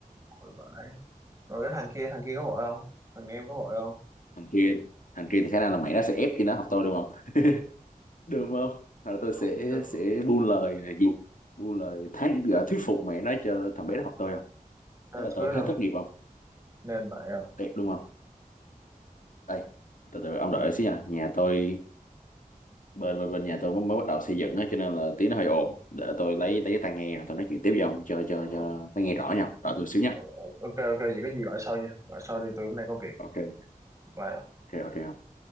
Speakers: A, on the right; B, on the left.
A: Ôi vãi. Rồi cái thằng kia, thằng kia có vội không? Thằng em có vội không?
B: Thằng kia, thằng kia thì khả năng là mẹ nó sẽ ép cho nó học tôi đúng không? Được không? Rồi tôi
A: Cũng
B: sẽ
A: được
B: sẽ
A: không?
B: buôn lời gì? Buôn lời thán gọi thuyết phục mẹ nó cho thằng bé nó học tôi không?
A: Sanskrit
B: Thế là tôi
A: không?
B: hết thất nghiệp không?
A: Nên vậy không?
B: Đẹp đúng không? Đây, từ từ ông đợi xíu nha. Nhà tôi bên bên bên nhà tôi mới mới bắt đầu xây dựng á cho nên là tiếng nó hơi ồn để tôi lấy lấy cái tai nghe rồi tôi nói chuyện tiếp với ông cho cho
A: Ờ,
B: cho nó nghe rõ nhau rồi tôi xíu
A: ờ,
B: nha
A: ờ, Ok ok vậy có gì gọi sau nha. Gọi sau đi tôi cũng đang có việc.
B: ok
A: Bye.
B: ok ok